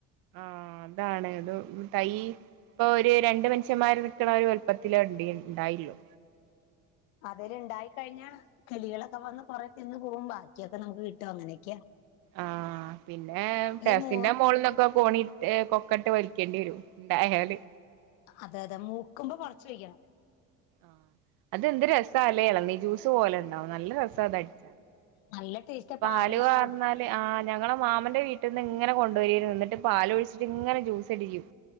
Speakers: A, on the right; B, on the left.
A: ആഹ് അതാണ് അത് തൈ ഇപ്പൊ ഒരു രണ്ട് മൻഷമ്മാര് നിക്കണ ഒരു വൽപത്തിലാ ഇണ്ടേ ഇണ്ടായിള്ളു.
B: അതില് ഇണ്ടായി കഴിഞ്ഞാ കിളികളൊക്കെ വന്ന് കൊറേ തിന്ന് പോവും. ബാക്കിയൊക്കെ നമുക്ക് കിട്ടും. അങ്ങനൊക്കെയാ.
A: ആഹ് പിന്നെ ടെറസിന്റെ
B: മൂ
A: മോള്ന്നൊക്കെ കോണിട്ട് കൊക് ക്ക്ട്ട് വലിക്കേണ്ടി വരും ഇണ്ടായാല്.
B: അതെ അതെ മൂക്കുമ്പോ പറച്ച് വെക്കണം
A: ആഹ് അതെന്ത് രസാല്ലേ? എളനീ ജ്യൂസ് പോലെ ഇണ്ടാവും. നല്ല രസാ അതടിച്ചാല്.
B: നല്ല ടേസ്റ്റ്
A: പാല്
B: പാലൊഴിച്ച്
A: വാർന്നാല്,
B: കൊടു
A: ആ ഞങ്ങളെ മാമന്റെ വീ ട്ട്ന്ന് ഇങ്ങനെ കൊണ്ടുവരേര്ന്നു. എന്നിട്ട് പാല് ഒഴിച്ചിട്ട് ഇങ്ങനെ ജൂസടിക്കും.